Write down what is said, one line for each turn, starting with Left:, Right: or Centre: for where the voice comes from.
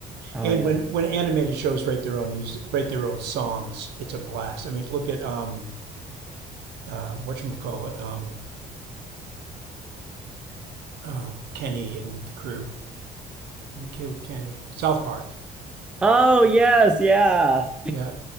Centre: Oh
Right: And
Centre: yeah.
Right: when when animated shows write their own music, write their own songs, it's a blast. I mean, look at um uh whatchamacallit, um oh, Kenny and the crew. You killed Kenny. South Park.
Centre: Oh yes, yeah.
Right: Yeah.